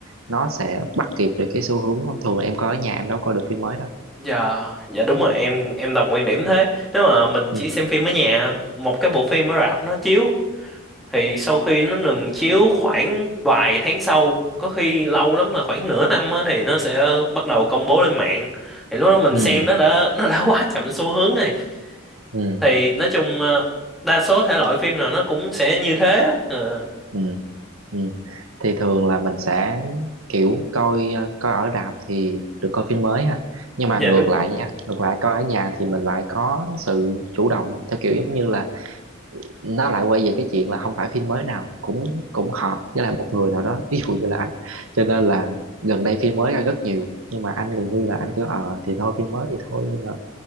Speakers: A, on the right (about 80°); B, in the centre.
A: nó sẽ bắt kịp được cái xu hướng không thường em coi ở nhà em đâu coi được phim mới đâu
B: Dạ, dạ đúng rồi em em đồng quan điểm thế. Nếu mà mình
A: ừ
B: chỉ xem phim ở nhà, một cái bộ phim ở rạp nó chiếu thì sau khi nó ngừng chiếu khoảng vài tháng sau, có khi lâu lắm là khoảng nửa năm á, thì nó sẽ bắt đầu công bố lên mạng. Thì lúc đó mình
A: ừ
B: xem nó đã nó đã <laughs> quá chậm xu hướng rồi.
A: ừ
B: Thì nói chung ờ, đa số thể loại phim nào nó cũng sẽ như thế. á. Ờ,
A: ừ ừ. thì thường là mình sẽ kiểu coi ờ, coi ở rạp thì được coi phim mới ha nhưng mà
B: dạ
A: ngược
B: đúng
A: lại
B: rồi.
A: nha ngược lại coi ở nhà thì mình lại có sự chủ động theo kiểu giống như là nó lại quay về cái chuyện là không phải phim mới nào cũng cũng hợp với lại một người nào đó ví dụ như là anh cho nên là gần đây phim mới ra rất nhiều nhưng mà anh gần như là anh kêu ờ thì thôi phim mới thì thôi nhưng mà